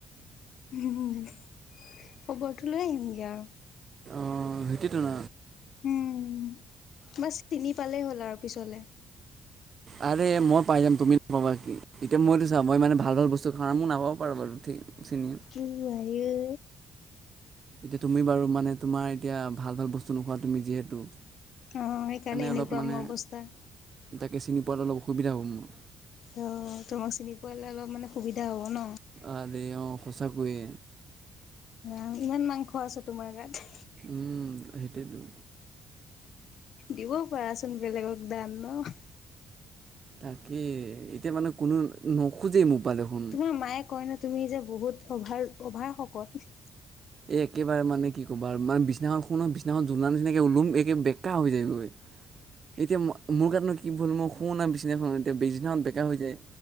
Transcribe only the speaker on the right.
অ' সেইটোটো ন।
আৰে মই পাই যাম, তুমি এতিয়া মইতো চা, মই মানে ভাল ভাল বস্তু খাওঁ, মোৰ নাপাব পাৰোঁ বাৰু ঠিক চিনি
এতিয়া, তুমি বাৰু মানে তোমাৰ এতিয়া ভাল ভাল বস্তু নোখোৱা তুমি যিহেতু
অলপ
মানে
তাকে চিনি পোৱাত অলপ অসুবিধা হ'ব মোৰ।
আ দেই অ সঁচাকৈয়ে।
উম' সেইটোৱেটো।
তাকে, এতিয়া মানে কোনো নোখোজেই মোৰপা দেখোন।
এ একেবাৰে মানে কি ক'বা। মানে বিছনাখন শু নহয় বিচনাখন জোলনা নিচিনাকে ওলোমি একে বেকা হৈ যায়গৈ। এতিয়া মই মোৰ গাতনো কি ভু'ল। মই শুও না বিছনাখন এতিয়া বিছনাখন বেকা হৈ যায়।